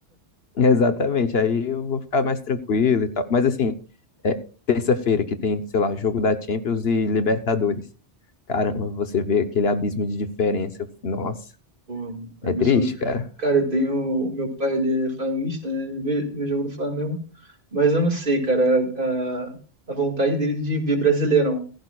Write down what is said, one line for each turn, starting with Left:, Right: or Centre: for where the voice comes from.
Left: <laughs> Exatamente. Aí eu vou ficar mais tranquilo e tal. Mas assim, é terça-feira que tem, sei lá, jogo da Champions e Libertadores. Caramba, você vê aquele abismo de diferença. Nossa,
Right: Pô, absurdo.
Left: é triste, cara.
Right: Cara, eu tenho. O meu pai, ele é flamenguista, né? Ele vê, vê o jogo do Flamengo. Mas eu não sei, cara, a, a, a vontade dele de ver Brasileirão.